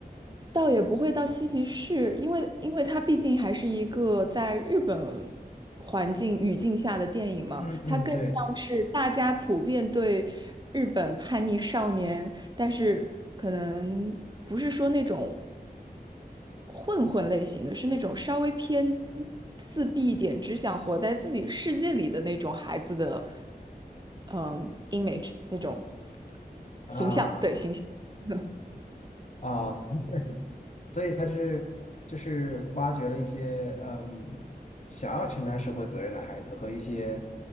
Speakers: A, on the right; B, on the left.
A: 倒也不会到嬉皮士，因为因为它毕竟还是一个在日本环境语境下的电影嘛，
B: 嗯嗯，
A: 它更像是大家普遍对日本叛逆少年，
B: 对
A: 但是可能不是说那种混混类型的，是那种稍微偏自闭一点，只想活在自己世界里的那种孩子的，嗯，image 那种
B: 啊啊。
A: 形象，对，形象。<laughs>
B: 哦所以他是就是挖掘了一些嗯想要承担社会责任的孩子和一些